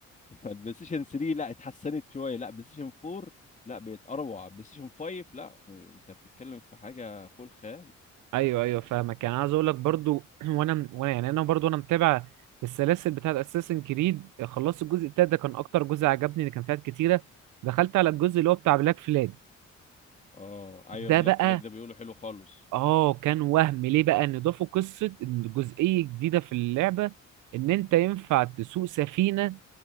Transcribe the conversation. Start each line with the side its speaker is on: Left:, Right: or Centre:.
Left: فالبلاي ستيشن 3 لا اتحسنت شويه لا بلاي ستيشن 4 لا بقت اروع بلاي ستيشن 5 لا انت بتتكلم في حاجه فوق الخيال
Right: ايوه ايوه فاهمك يعني عايز اقول لك برضو <clears throat> وانا م- وانا يعني انا برضو انا متابع السلاسل بتاعه اساسن كريد خلصت الجزء التالت ده كان اكتر جزء عجبني اللي كان فيها كتيره دخلت على الجزء اللي هو بتاع بلاك فلاج
Left: اه ايوه
Right: ده
Left: بلاك
Right: بقى
Left: فلاج ده بيقولوا حلو خالص
Right: اه كان وهم ليه بقى ان ضافوا قصه إن جزئيه جديده في اللعبه ان انت ينفع تسوق سفينه